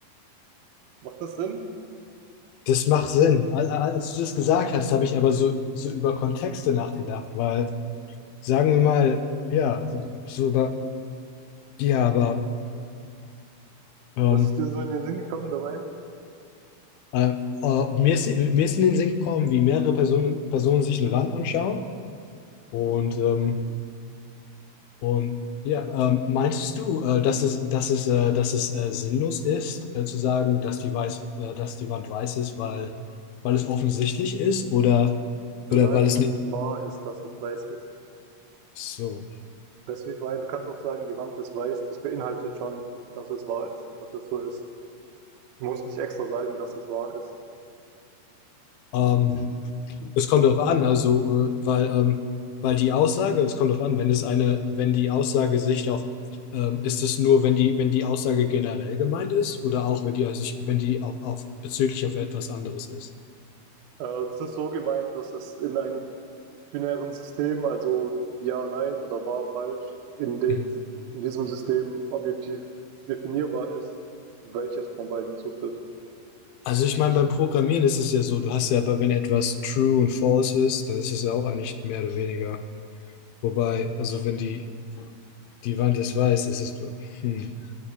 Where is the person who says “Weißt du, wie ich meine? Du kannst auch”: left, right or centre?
Right